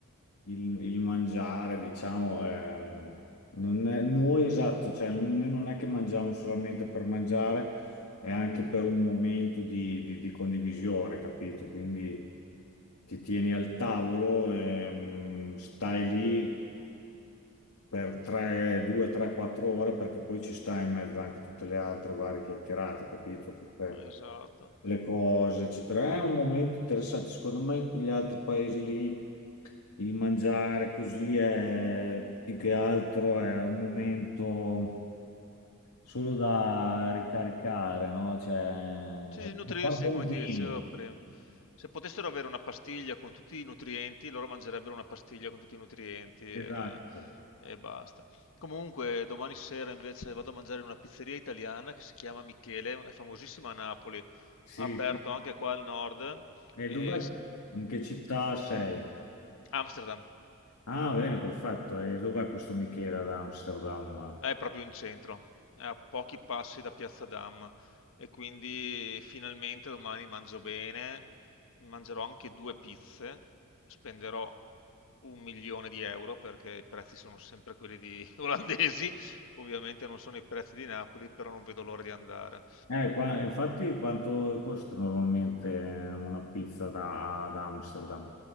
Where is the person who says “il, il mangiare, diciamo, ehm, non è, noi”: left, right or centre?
Left